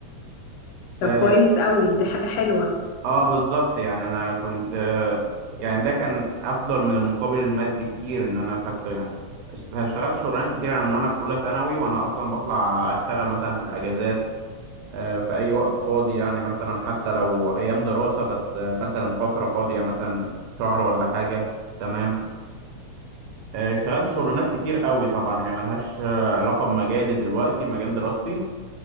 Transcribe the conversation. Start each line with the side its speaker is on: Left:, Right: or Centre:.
Left: طب
Right: اه
Left: كويس قوي دي حاجة حلوة
Right: آه، بالظبط يعني انا كنت آه يعني ده كان افضل من المقابل المادي كتير ان انا اخدته يعني اشت- اشتغلت شغلانات كتير انا من وانا في اولى ثانوي وانا اصلا بطلع اشتغل مثلا في الاجازات آه في اي وقت فاضي يعني مثلا حتى لو ايام دراسة بس آه مثلا فترة فاضية مثلا شهر ولا حاجة تمام آه اشتغلت شغلانات كتير قوي طبعا هي ملهاش آه، علاقة بمجالي دلوقتي مجال دراستي